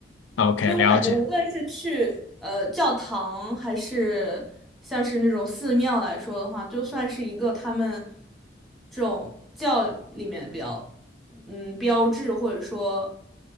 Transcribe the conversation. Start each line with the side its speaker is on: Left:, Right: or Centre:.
Centre: <laughs>
Left: ，OK，
Centre: 所以我感觉无论是去呃教堂，
Left: 了解。
Centre: 还是像是那种寺庙来说的话，就算是一个他们这种教里面比较嗯标志或者说